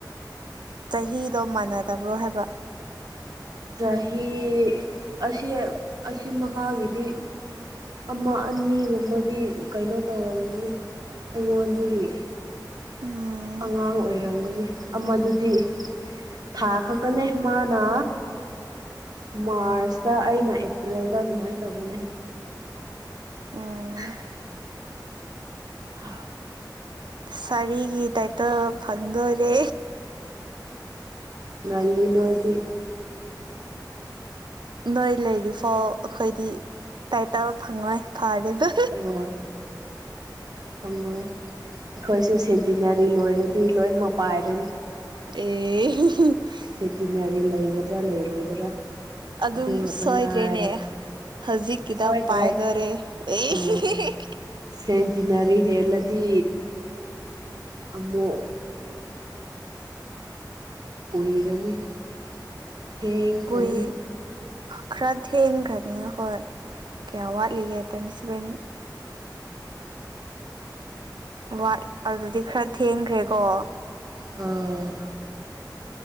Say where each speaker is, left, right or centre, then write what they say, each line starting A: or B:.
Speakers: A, on the right; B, on the right.
A: ꯆꯍꯤꯗꯣ ꯃꯥꯟꯅꯗꯕ꯭ꯔꯣ ꯍꯥꯏꯕ
B: ꯆꯍꯤ ꯑꯁ‌ꯦꯞ ꯑꯁꯤ ꯃꯈꯥꯒꯤꯗꯤ ꯑꯃ ꯑꯅꯤꯒꯨꯝꯕꯗꯤ ꯀꯩꯅꯣ ꯇꯧꯔꯝꯒꯅꯤ ꯑꯩꯉꯣꯟꯗꯒꯤ
A: ꯎꯝ
B: ꯑꯉꯥꯡ ꯑꯣꯏꯔꯝꯒꯅꯤ ꯑꯃꯗꯨꯗꯤ ꯊꯥ ꯈꯛꯇꯅꯦ ꯃꯥꯅ ꯃꯥꯔꯁꯇ ꯑꯩꯅ ꯑꯦꯄ꯭ꯔꯤꯜꯗ ꯑꯗꯨꯃꯥꯏꯟ ꯇꯧꯕꯅꯦ
A: ꯎꯝ
B: <unintelligible> ꯍꯥ
A: ꯁꯥꯔꯤꯒꯤ ꯇꯥꯏꯇꯜ ꯐꯪꯗꯣꯏꯔꯦ
B: ꯉꯜꯂꯤ ꯅꯣꯏꯗꯤ
A: ꯅꯣꯏ ꯂꯩꯔꯤꯐꯥꯎ ꯑꯩꯈꯣꯏꯗꯤ ꯇꯥꯏꯇꯜ ꯐꯪꯉꯣꯏ ꯐꯔꯦꯗ
B: ꯑ‌ꯣ ꯐꯪꯉꯣꯏ ꯑꯩꯈꯣꯏꯁꯨ ꯁꯦꯟꯇꯤꯅꯔꯤ ꯂꯣꯏꯔꯗꯤ ꯂꯣꯏꯅꯃꯛ ꯄꯥꯏꯔꯅꯤ
A: ꯑꯦ
B: ꯁ‌ꯦꯟꯇꯤꯅꯔꯤ ꯂꯩꯒꯗ꯭ꯔꯥ ꯂꯩꯔꯣꯏꯗ꯭ꯔꯥ
A: ꯑꯗꯨꯝ
B: ꯑꯗꯨ ꯉꯥꯛꯇ
A: ꯁꯣꯏꯗ꯭ꯔꯦꯅꯦ
B: ꯉꯥꯏꯔꯦ
A: ꯍꯧꯖꯤꯛꯀꯤꯗ
B: ꯁꯣꯏꯗ꯭ꯔꯦ
A: ꯄꯥꯏꯗꯣꯔꯦ ꯑꯦ
B: ꯑ ꯁꯦꯟꯇꯤꯅꯔꯤ ꯍꯦꯜꯂ ꯇꯤ ꯑꯃꯨꯛ ꯀꯨꯏꯔꯅꯤ ꯊꯦꯡꯈ꯭ꯔꯅꯤ
A: ꯀꯨꯏ ꯈꯔ ꯊꯦꯡꯈ꯭ꯔꯅꯤ ꯍꯣꯏ ꯀꯌꯥ ꯋꯥꯠꯂꯤꯒꯦ ꯇ꯭ꯋꯦꯟꯇꯤ ꯁꯚꯦꯟ ꯋꯥꯠ ꯑꯗꯨꯗꯤ ꯈꯔ ꯊꯦꯡꯈ꯭ꯔꯦꯀꯣ
B: ꯎꯝ